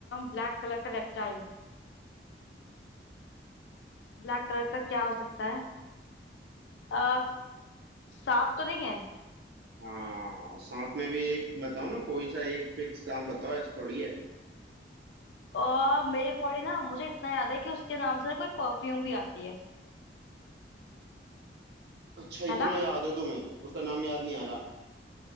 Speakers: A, on the left; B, on the right.
A: ब्लैक कलर का रेप्टाइल ब्लैक कलर का क्या हो सकता है अ, सांप तो नहीं है
B: हाँ सांप में भी एक बताओ ना कोई सा एक फिक्स सांप बताओ ऐसे थोड़ी है
A: और मेरे अकॉर्डिंग ना मुझे इतना याद है कि उसके नाम से कोई परफ्यूम भी आती है
B: अच्छा
A: है
B: इतना
A: ना
B: याद है तुम्हें उसका नाम याद नहीं आ रहा